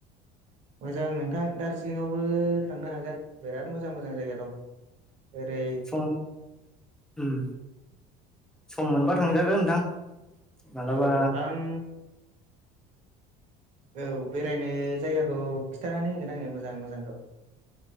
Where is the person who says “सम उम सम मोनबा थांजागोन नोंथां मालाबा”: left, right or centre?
Centre